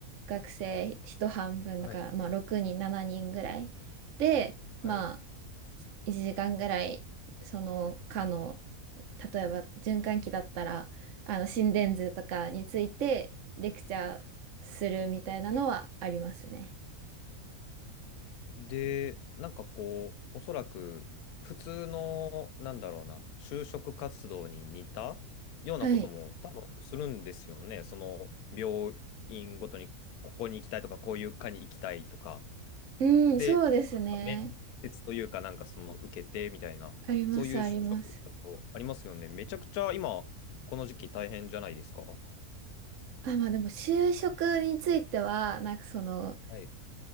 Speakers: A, on the right; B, on the left.
A: 学生一半分だからまあ6人、
B: ー、はい、
A: 7人ぐらいで、
B: はい。
A: まあ1時間ぐらいその科の例えば循環器だったらあの心電図とかについてレクチャーするみたいなのはありますね。
B: で、なんかこう、おそらく普通の、なんだろうな、就職活動に似たようなことも多分するんですよね。
A: はい。
B: その病院ごとにここに行きたいとか、こういう科に行きたいとか。
A: うん、
B: で、
A: そうですね。
B: なんか面接というか、なんかその受けてみたいな、
A: あります、
B: そういう就職活動ありますよね。
A: あります。
B: めちゃくちゃ今、この時期大変じゃないですか
A: あ、まあでも就職については、なんかその、
B: はい。